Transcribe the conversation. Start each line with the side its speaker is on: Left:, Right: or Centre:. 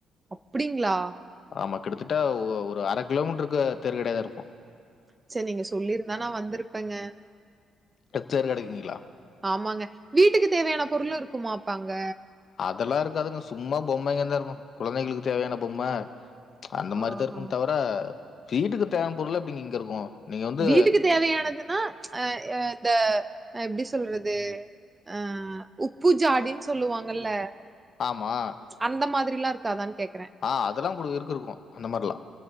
Right: அப்டிங்களா
Left: ஆமா கிட்டத்தட்ட ஒரு அர கிலோமீட்ருக்கு தேர் கடயாதா இருக்கு
Right: ச்சே நீங்க சொல்லி இருந்தா நா வந்திருப்பங்ங
Left: ட தேர்கடைக்கீங்ளா
Right: ஆமாங்க வீட்டுக்கு தேவையான பொருளூ இருக்குமா அப்ப அங்க
Left: அதெல்லா இருக்காதுங்க சும்மா பொம்மைங்க தா இருக்கு குழந்தைகளுக்கு தேவையான பொம்ம அந்த மாரி
Right: ஆஹா
Left: தா இருக்கும் தவர வீட்டுக்கு தேவயான பொருளா எப்டி இங்க இருக்கும் நீங்க வந்து
Right: வீட்டுக்கு தேவையானதுன்னா அ இ இந்த எப்டி சொல்றது அ உப்பு ஜாடின்னு சொல்லுவாங்கல்ல
Left: ஆமா
Right: அந்த மாதிரில்லா இருக்காதான்னு கேக்குறேன்
Left: ஆ அதெல்லா கூட இருக்கு இருக்குன் அந்த மாரிலா